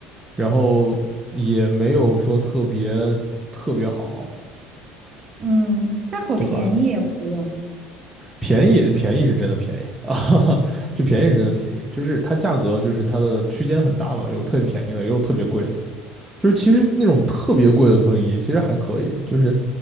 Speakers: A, in the centre; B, on the right (about 30°).
A: 然后也没有说特别特别好，
B: 嗯，但好便宜啊，
A: 对吧？
B: 我觉得。
A: 便宜便宜是真的便宜啊，<laughs> 就便宜是真的便宜，就是它价格就是它的区间很大嘛，有特别便宜的，也有特别贵的。就是其实那种特别贵的投影仪其实还可以，就是